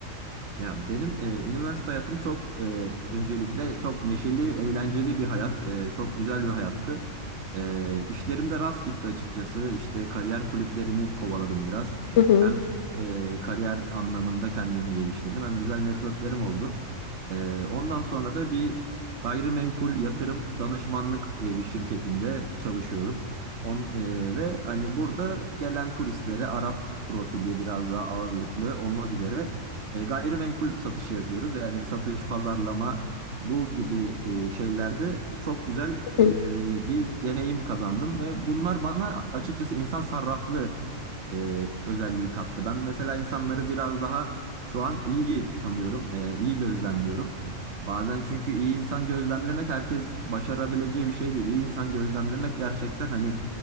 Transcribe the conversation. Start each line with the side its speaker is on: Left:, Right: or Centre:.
Right: Ya benim e, üniversite hayatım çok e, öncelikle çok neşeli, eğlenceli bir hayat. E, çok güzel bir hayattı. E, işlerim de rast gitti açıkçası. İşte kariyer kulüplerini kovaladım biraz.
Left: Hı hı.
Right: Hem e, kariyer anlamında kendimi geliştirdim hem güzel networklerim oldu. E, ondan sonra da bir gayrimenkul yatırım danışmanlık e, bir şirketinde çalışıyorum. On, e, ve hani burada gelen turistlere Arap profili biraz daha ağırlıklı olmak üzere e, gayrimenkul satışı yapıyoruz. Yani satış, pazarlama bu gibi e, şeylerde çok güzel
Left: Hı.
Right: e, bir deneyim kazandım ve bunlar bana açıkçası insan sarraflı e, özelliği kattı. Ben mesela insanları biraz daha şu an iyi tanıyorum, e, iyi gözlemliyorum. Bazen çünkü iyi insan gözlemlemek herkes başarabileceği bir şey değil. İyi insan gözlemlemek gerçekten hani